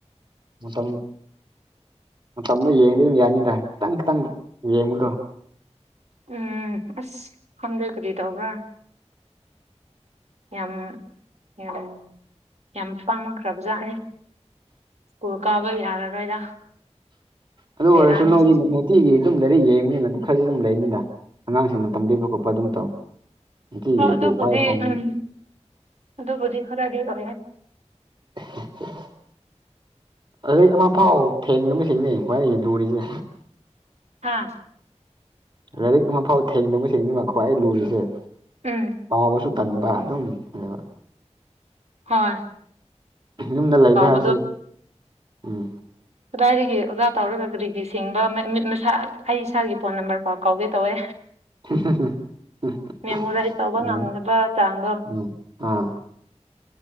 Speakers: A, on the right; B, on the right.
A: ꯃꯇꯝ ꯃꯇꯝꯗꯣ ꯌꯦꯡꯗꯤ ꯑꯗꯨꯝ ꯌꯥꯅꯤꯗ ꯈꯤꯇꯪ ꯈꯤꯇꯪ ꯌꯦꯡꯕꯗꯣ
B: ꯎꯝ ꯑꯁ ꯈꯪꯗꯦ ꯀꯔꯤ ꯇꯧꯕ꯭ꯔꯥ ꯌꯥꯝ ꯌꯝ ꯌꯥꯝ ꯄꯪꯈ꯭ꯔꯕꯖꯥꯠꯅꯤ ꯁ꯭ꯀꯨꯜ ꯀꯥꯕ ꯌꯥꯔꯔꯣꯏꯗ
A: ꯑꯗꯨ ꯑꯣꯏꯔꯁꯨ
B: ꯕꯦꯔꯥꯅꯤ
A: ꯅꯣꯏꯗꯤ
B: ꯁꯤꯁꯦ
A: <unintelligible> ꯇꯤꯒꯤ ꯑꯗꯨꯝ ꯂꯥꯏꯔꯤꯛ ꯌꯦꯡꯕꯅꯤꯅ ꯑꯗꯨꯝ ꯈꯔꯗꯤ ꯑꯗꯨꯝ ꯂꯩꯅꯤꯗ ꯑꯉꯥꯡꯁꯤꯡꯅ ꯇꯝꯕꯤꯕ ꯈꯣꯠꯄ ꯑꯗꯨꯝ ꯇꯧ ꯅꯨꯡꯇꯤꯒꯤ
B: ꯍꯣ ꯑꯗꯨꯕꯨꯗꯤ
A: ꯄꯥꯏꯕ ꯐꯪꯅꯤ
B: ꯎꯝ ꯑꯗꯨꯕꯨꯗꯤ ꯈꯔꯗꯤ ꯑꯣꯏꯌꯦ
A: <inaudible> ꯂꯥꯏꯔꯤꯛ ꯑꯃꯐꯥꯎ ꯊꯦꯡꯗꯕꯁꯤꯡꯅꯤ ꯈ꯭ꯋꯥꯏ ꯂꯨꯔꯤꯖꯦ
B: ꯍꯥꯥ
A: ꯂꯥꯏꯔꯤꯛ ꯑꯃꯐꯥꯎ ꯊꯦꯡꯗꯕ ꯁꯤꯡꯅꯤꯕ ꯈ꯭ꯋꯥꯏ ꯂꯨꯔꯤꯁꯦ
B: ꯎꯝ
A: ꯄꯥꯕꯁꯨ ꯇꯟꯕ ꯑꯗꯨꯝ ꯅꯦꯕ
B: ꯍꯣꯏ
A: ꯌꯨꯝꯗ ꯂꯩꯕ
B: ꯀꯥꯎꯕꯗꯣ
A: ꯍꯥꯏꯔꯁꯦ ꯎꯝ
B: ꯀꯗꯥꯏꯗꯒꯤ ꯑꯣꯖꯥ ꯇꯧꯔꯒ ꯀꯔꯤꯒꯤ ꯁꯤꯡꯕ ꯃꯤꯠ ꯃꯤꯠ ꯃꯁꯥ ꯑꯩ ꯏꯁꯥꯒꯤ ꯐꯣꯟ ꯅꯝꯕꯔ ꯐꯥꯎ ꯀꯥꯎꯒꯦ ꯇꯧꯋꯦ
A: <unintelligible>
B: ꯃꯦꯃꯣꯔꯥꯏꯁ ꯇꯧꯕ ꯉꯝꯗꯕ ꯆꯥꯡꯗꯣ
A: ꯑꯥ